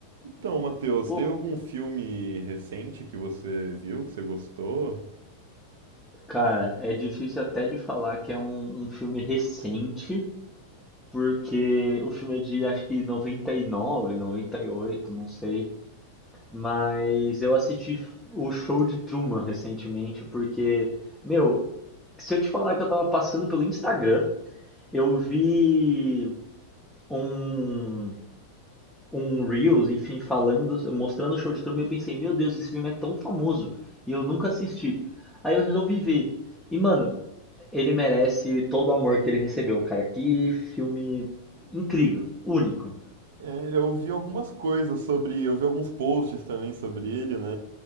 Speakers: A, on the right; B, in the centre.
A: Então, Matheus,
B: Pô,
A: teve algum filme recente que você viu, que você gostou?
B: cara, é difícil até de falar que é um, um filme recente, porque o filme é de acho que 99, 98, não sei. Mas eu assisti o show de Truman recentemente, porque, meu, se eu te falar que eu tava passando pelo Instagram, eu vi um, um Reels, enfim, falando, mostrando o show de Truman, e eu pensei, meu Deus, esse filme é tão famoso, e eu nunca assisti. Aí eu resolvi ver. E, mano, Ele merece todo o amor que ele recebeu, cara. Que filme incrível, único.
A: É, eu vi algumas coisas sobre, eu vi alguns posts também sobre ele, né?